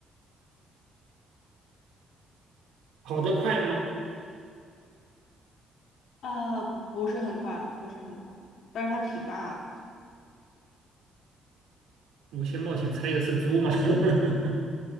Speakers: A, on the right; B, on the left.
A: 跑得快吗？
B: 啊，不是很快，不是很快，但是它挺大的，
A: 五星冒险猜一个是猪吗？<laughs>